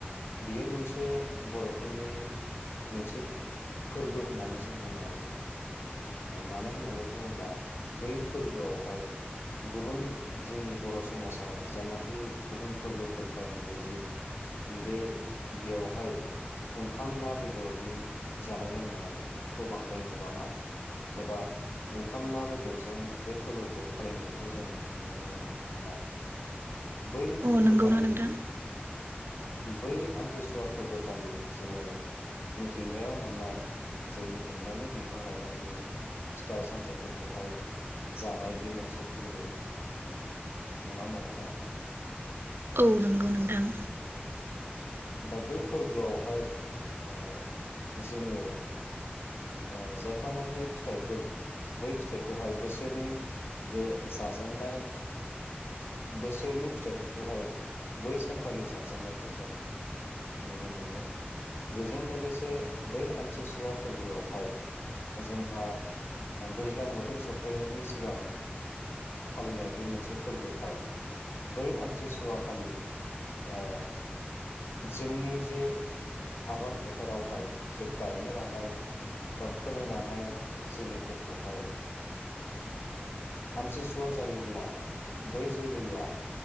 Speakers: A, on the left; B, on the right.
A: बियो मोनसे बर'फोरनि मोनसे फोरबो होननानै जों बुंनो हायो। मानो होननानै बुङोब्ला बै फोरबोआवहाय गुबुन जोंनि बर' समाजाव जेनाखि गुबुन फोरबोफोर फालिनाय बायदि बे बेवहाय ओंखाम ना बेदरनि जानाय लोंनायखौ बांद्राय नुबाङा। एबा ओंखाम ना बेदरजों बे फोरबोखौ फालिनायखौ जों नुनो मोना। बै
B: अ
A: फोरबोखालि
B: नंगौना नोंथां
A: बै आमथिसुवा फोरबोखालि जोङो मिथिंगायाव मोननाय जे मिथिंगानि बिफां लाइफां नि फिथाइ सामथाइफोरखौहाय जानाय बे मोनसे फोरबो नङा होमबा नोंथां।
B: औ नोंगौ नोंथां।
A: दा बे फोरबोआवहाय ओ जोङो ओ जायफोरनाखि फिथाइफोर बै फिथाइखौहाय बोसोरनि जे जाजेननाय बोसोरनि फिथाइफोरखौहाय बै सानखालि जाजेननायखौ जों नुनो मोनो बेजों लोगोसे बै आमथिसुवा फोरबोआव हाय जोंहा दैज्लां बोथोर सफैनायनि सिगां फालिनाय बे मोनसे फोरबोखाय बै आमथिसुवा खालि ओ जोंनि जे आबाद फोथारावहाय जे गायनो लानाय बा फोनो लानाय जोलैफोरखौहाय आमथिसुवा जायोब्ला बै जोलैया